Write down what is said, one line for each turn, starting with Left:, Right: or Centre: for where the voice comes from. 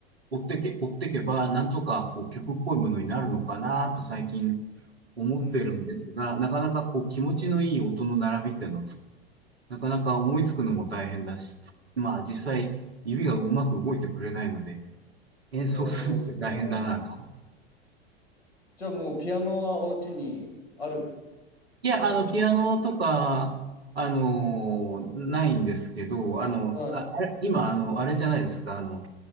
Right: 追ってけ、追ってけば、なんとかこう曲っぽいものになるのかなと最近思ってるんですが、
Left: うん。
Right: なかなかこう気持ちのいい音の並びっていうのをなかなか思いつくのも大変だし、つまあ実際指がうまく動いてくれないので、演奏するのって大変だなと。
Left: なるほどですね。じゃあもうピアノはお家にあるっ
Right: いや、
Left: てことなんですかね。
Right: あの、ピアノとか、あの、ないんですけど、あの、
Left: はい。
Right: あ、あれ、今、あの、あれじゃないですか、あの、